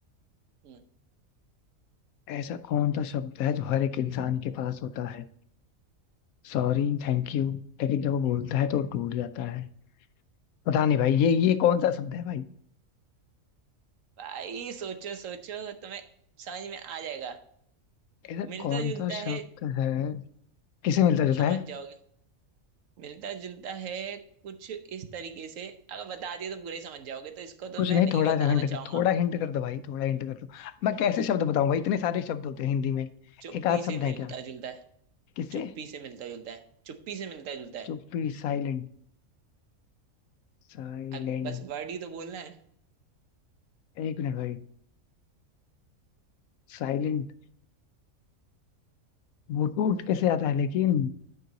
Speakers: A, on the right (about 70°); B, on the left (about 85°).
A: हम्म,
B: ऐसा कौन सा शब्द है जो हर एक इंसान के पास होता है Sorry thank you लेकिन जब वो बोलता है तो वो टूट जाता है पता नहीं भाई ये ये कौन सा शब्द है भाई
A: भाई सोचो सोचो तुम्हें समझ में आ जाएगा
B: ऐसा
A: मिलता
B: कौन
A: जुलता
B: सा शब्द
A: है
B: है किसे मिलता जुलता
A: समझ
B: है
A: जाओगे मिलता जुलता है कुछ इस तरीके से अगर बता दिया तो पूरा ही समझ जाओगे तो इसको
B: कुछ
A: तो
B: नहीं
A: मैं नहीं
B: थोड़ा
A: बताना
B: सा हिंट कर
A: चाहूंगा
B: थोड़ा हिंट कर दो भाई थोड़ा हिंट कर दो मैं कैसे शब्द बताऊं भाई इतने सारे शब्द होते हैं हिंदी में
A: चुप्पी
B: एक आध
A: से
B: शब्द
A: मिलता
B: है क्या
A: जुलता है
B: किससे
A: चुप्पी से मिलता जुलता है चुप्पी से मिलता जुलता है
B: चुप्पी साइलेंट साइलेंट
A: अब बस वर्ड ही तो बोलना है
B: एक मिनट भाई साइलेंट वो टूट कैसे आता है लेकिन